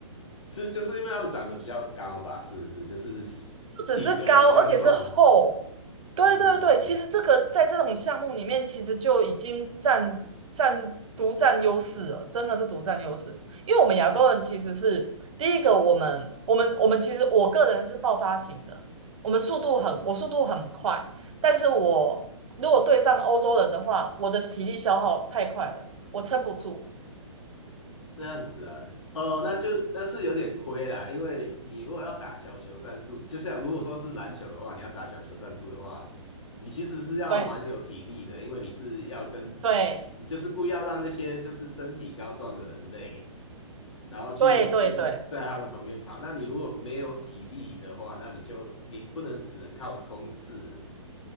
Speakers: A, on the left; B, on the right.
A: 是就是因为他们长得比较高吧？是不是？就是
B: 不只是高，
A: 体格比较壮。
B: 而且是厚。对对对，
A: 嗯嗯
B: 其实这个在这种项目里面，其实就已经占占独占优势了，真的是独占优势。因为我们亚洲人其实是第一个，我们我们我们其实我个人是爆发型的，我们速度很我速度很快，
A: 嗯，
B: 但是我如果对上欧洲人的话，我的体力消耗太快了，我撑不住。
A: 这样子啊，哦，那就那是有点亏啦，因为你如果要打小球战术，就像如果说是篮球的话，你要打小球战术的话，你其实是要蛮有体力的，
B: 对
A: 因为你是要跟，
B: 对
A: 你就是故意要让那些就是身体高壮的人类，然后去就是在他们旁边跑。
B: 对对对
A: 那你如果没有体力的话，那你就你不能只能靠冲刺